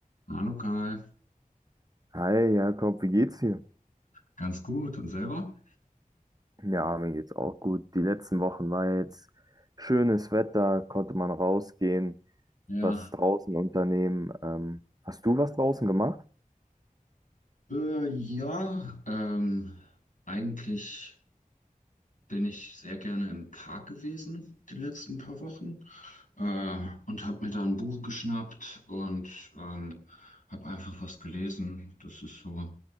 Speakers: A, on the left; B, on the right.
A: Hallo Kai,
B: Hi Jakob, wie geht's dir?
A: ganz gut und selber?
B: Ja, mir geht's auch gut. Die letzten Wochen war jetzt schönes Wetter, konnte man rausgehen,
A: Ja,
B: was draußen unternehmen. Ähm, hast du was draußen gemacht?
A: äh, ja, ähm, eigentlich bin ich sehr gerne im Park gewesen die letzten paar Wochen äh, und habe mir da ein Buch geschnappt und ähm, habe einfach was gelesen. Das ist so,